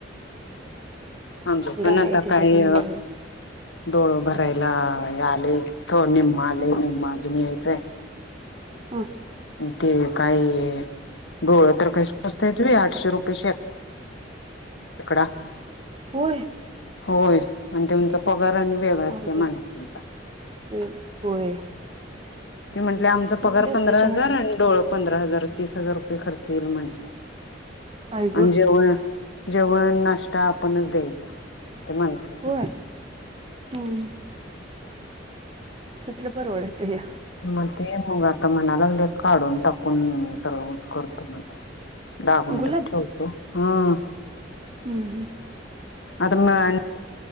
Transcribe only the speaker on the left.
आमच्यात पण,
आता
काय...
डोळ भरायला हे आलंय... थो... निम्म आलंय... निम्म अजून यायचंय
ते काय... डोळं तर काय स्वस्त ए... आठशे रुपयेचे हेत तुकडा
होय... अन त्यांचा पगार अन वेगळाच
त्या माणसांचा
ते म्हटले... आमचा
पगार
पंधरा हजार...
आणि डोळं पंधरा हजार... तीस हजार रुपये खर्च येईल म्हटले,
आणि
जेव जेवण, नाश्ता आपणच द्यायचा, त्ये माणसाना
मग ते... मग आता म्हणा लागलेत... काढून, टाकून... सर्व ऊस करतो म्हणून दा गुंठेच
ठेवतो... हम्म
आता <unintelligible>